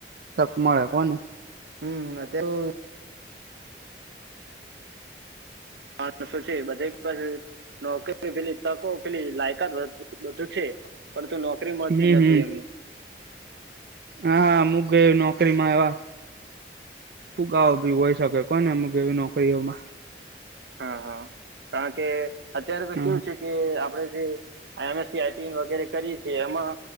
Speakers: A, on the right; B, on the right.
A: તક મળે હોને.
B: <inaudible> હા શું છે. <unintelligible> નોકરી પેલી તકો પેલી લાયકાત બધુ છે પરંતુ નોકરી મળતી
A: હમ
B: જ નથી
A: હમ
B: એમને.
A: હા હા મુંગે નોકરી માં એવા ફુગા ભી હોય શકે કોને મુકે એવી નોકરીઓમાં.
B: હા, હા કારણ કે અત્યારે તો
A: હ
B: કેવું છે કે આપડે જે એમએસસી આઈટી વગેરે કરીએ છી એમાં